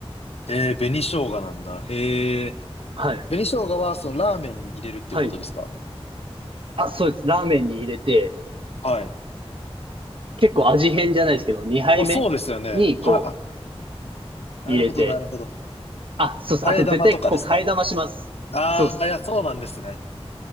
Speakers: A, on the left; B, on the right.
A: えー、紅生姜なんだ。へえ。
B: はい。
A: 紅生姜は、そのラーメンに入れるっていうことですか
B: はい。あ、そうです。ラーメンに入れて、
A: はい。
B: 結構味変じゃないですけど、2杯目にこう、
A: あ、そうですよね。はい、あ、なるほど、
B: 入れて。
A: なるほど。
B: あ、そうです。
A: 替え玉とかですか
B: あと絶対こう、替え玉します。
A: ああー、
B: そうです。
A: いや、そうなんですね。